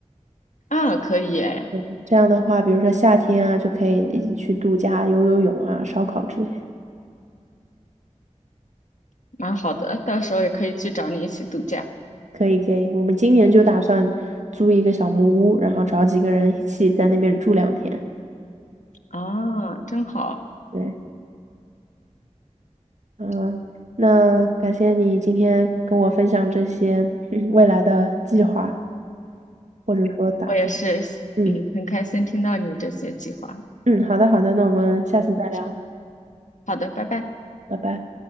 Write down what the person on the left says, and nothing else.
<laughs> 啊，可以哎，
蛮好的，到时候也可以去找你一起度假
啊，真好。
我也是，
嗯，很开心听到你这些计划。
嗯，好的，拜拜。